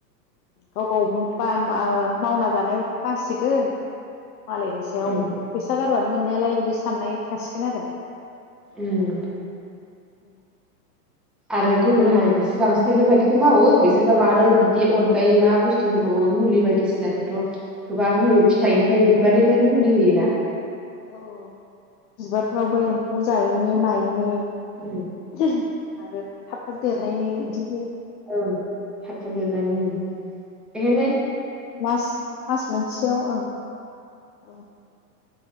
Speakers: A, on the left; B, in the centre.
A: गाव गाव बा ओ मावना जानो बासिगोन मालायनि सायाव
B: उम
A: फैसा गा बानो मोननायालाय बिदि साननाय थासिगोन आरो।
B: उम।
A: औ।
B: आरो गुबुन हारिफ्रासो बांसिन बेफोर बायदिखौ मावो बिसोरबा मारै बिदि अनगायै मा बुस्थु होबावो मुलि बायदि सिनाखौथ' गोबां होयो फिथाइ निफ्राय बिबार निफ्रायनो मुलि होयोना?
A: औ बिबार फ्रावबो एम्फौ जायैनि मायैनि
B: उम
A: <unintelligible> आरो थाब थाब देरनायनि इदि
B: औ थाब थाब देरनायनि ओम। बेहोनो
A: मास मास मोनसेयाव ओं। औ।